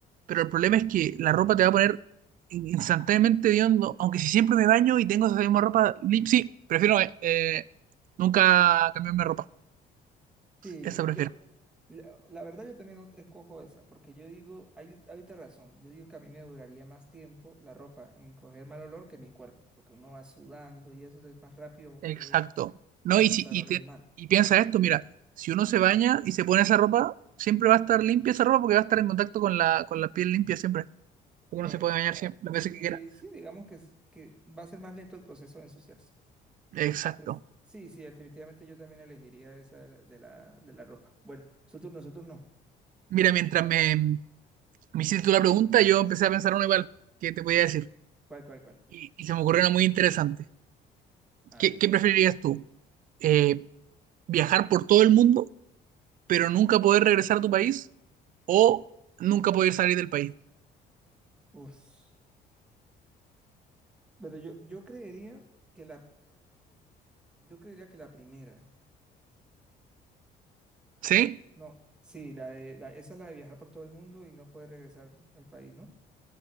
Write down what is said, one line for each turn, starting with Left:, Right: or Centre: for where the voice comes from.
Right: pero el problema es que la ropa te va a poner in- instantáneamente hediondo, aunque si siempre me baño y tengo esa misma ropa, li- sí, prefiero eh, eh, nunca cambiarme de ropa,
Centre: Sí,
Right: esa prefiero.
Centre: yo, la, la verdad yo también escojo esa, porque yo digo, hay, hay otra razón, yo digo que a mí me duraría más tiempo la ropa en coger mal olor que mi cuerpo, porque uno va sudando y eso es más rápido,
Right: Exacto.
Centre: yo voy a,
Right: No,
Centre: voy a empezar
Right: y, si, y,
Centre: a oler
Right: te-
Centre: mal.
Right: y piensa esto, mira, si uno se baña y se pone esa ropa, siempre va a estar limpia esa ropa porque va a estar en contacto con la, con la piel limpia siempre, porque uno
Centre: Eh,
Right: se puede bañar siempre, las
Centre: sí,
Right: veces que quiera.
Centre: sí, digamos que, s- que va a ser más lento el proceso de ensuciarse. Entonces,
Right: Exacto.
Centre: sí, sí, definitivamente yo también elegiría esa de la, de la, de la ropa. Bueno, su turno, su turno.
Right: Mira, mientras me, Me hiciste tú la pregunta, yo empecé a pensar uno igual, ¿qué te podía decir?
Centre: ¿Cuál, cuál, cuál?
Right: Y, y se me ocurrió una muy interesante.
Centre: A
Right: ¿Qué,
Centre: ver.
Right: qué preferirías tú? Eh, ¿viajar por todo el mundo, pero nunca poder regresar a tu país? ¿O nunca poder salir del país?
Centre: Uf. Bueno, yo, yo creería que la, yo creería que la primera.
Right: ¿Sí?
Centre: No, sí, la de, la, esa es la de viajar por todo el mundo y no poder regresar al país, ¿no?